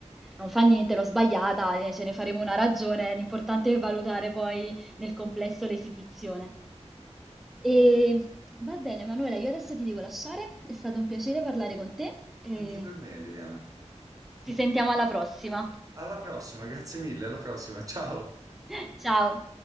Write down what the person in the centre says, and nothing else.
non fa niente, l'ho sbagliata, eh, ce ne faremo una ragione, l'importante è valutare poi nel complesso l'esibizione. E va bene, Manuela, io adesso ti devo lasciare, è stato un piacere parlare con te e
ci sentiamo alla prossima.
<laughs> Ciao.